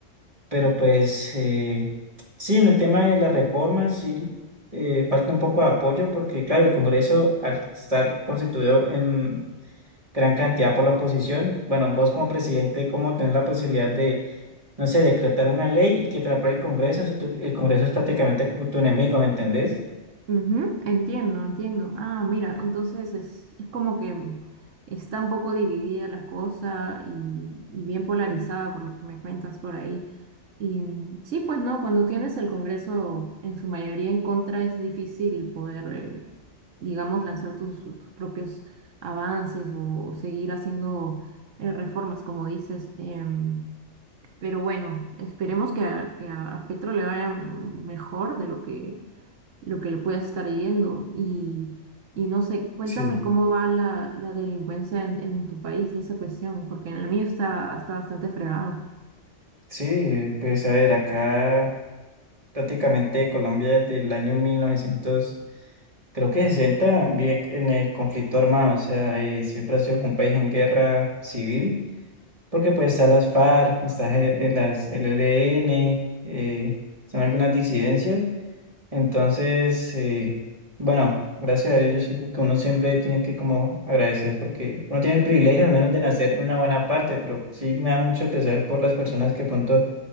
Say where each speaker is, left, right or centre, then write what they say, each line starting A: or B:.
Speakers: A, on the right; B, on the right.
A: pero pues eh, sí, en el tema de las reformas sí eh, falta un poco de apoyo porque claro, el Congreso al estar constituido en gran cantidad por la oposición, bueno, vos como presidente, ¿cómo tenés la posibilidad de, no sé, decretar una ley y que te la apruebe el Congreso si tú- el Congreso es prácticamente como tu enemigo, ¿me entendés?
B: Ujú, Entiendo, entiendo. Ah, mira, entonces es, es como que está un poco dividida la cosa y, y bien polarizada por lo que me cuentas por ahí. Y mm, sí, pues no, cuando tienes el Congreso en su mayoría en contra es difícil poder, eh, digamos, lanzar tus, tus propios avances o, o seguir haciendo eh, reformas, como dices. Em, pero bueno, esperemos que a, que a Petro le vaya mejor de lo que lo que le puedas estar yendo. Y, y no sé, cuéntame
A: Sí,
B: cómo va la, la delincuencia en, en tu país, esa cuestión, porque en el mío está, está bastante fregado.
A: sí, eh, pues a ver, acá prácticamente Colombia desde el año mil novecientos Creo que 60 vive en el conflicto armado, o sea, y siempre ha sido como un país en guerra civil, porque pues están las FARC, está el- el- las LLN, eh, son algunas disidencias. Entonces, eh, bueno, gracias a Dios yo sigo que uno siempre tiene que como agradecer porque uno tiene el privilegio al menos de nacer en una buena parte, pero sí me da mucho pesar por las personas que pronto